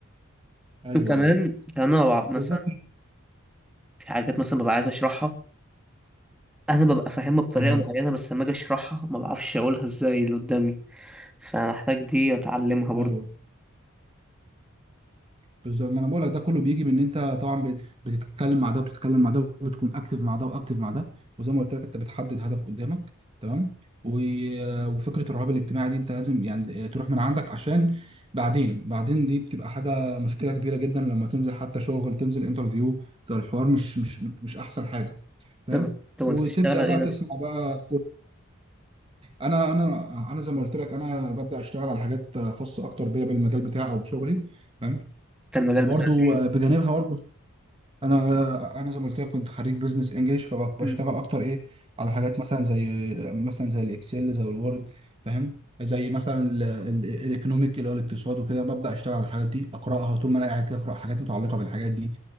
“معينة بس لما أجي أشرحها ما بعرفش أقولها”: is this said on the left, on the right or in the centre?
Centre